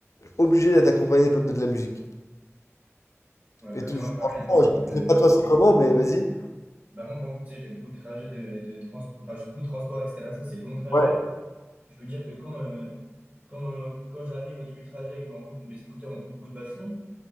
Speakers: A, on the left (about 80°); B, on the right (about 35°).
A: obligé d'être accompagné de, de la musique.
B: Ouais,
A: Et
B: bah,
A: tout,
B: moi, pareil,
A: franchement,
B: tu vois, par exemple, le-
A: je sais pas toi c'est comment, mais vas-y.
B: bah, moi, par exemple, tu sais, j'ai beaucoup de trajets de, de trans... enfin, j'ai beaucoup de transports, etc. Ça, c'est des longs trajets.
A: Ouais.
B: Je peux dire que quand, euh, quand, euh, quand j'arrive au début du trajet et que je me rends compte que mes écouteurs ont plus beaucoup de batterie,